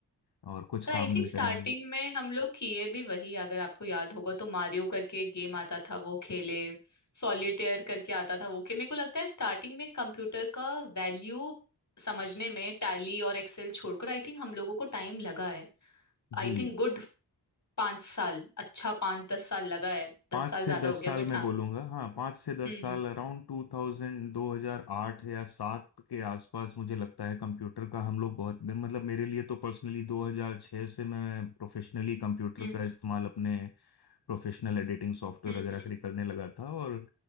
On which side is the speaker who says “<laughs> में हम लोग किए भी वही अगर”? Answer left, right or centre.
Left